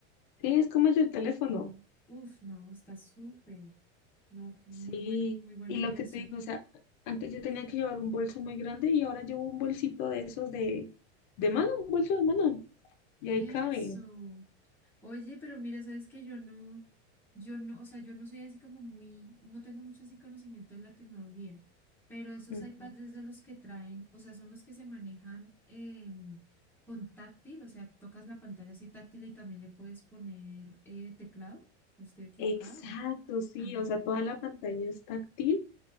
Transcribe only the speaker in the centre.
Uf, no, está súper. No, muy
buena, muy buena
inversión.
Eso.
Oye, pero mira, sabes que yo no, yo no, o sea, yo no soy así como muy, no tengo mucho así conocimiento de la tecnología, pero esos
iPads es de los que traen, o sea, son los que se manejan em, con táctil, o sea, tocas la pantalla así táctil y también le puedes poner eh, teclado. ¿No estoy equivocado?
Ah,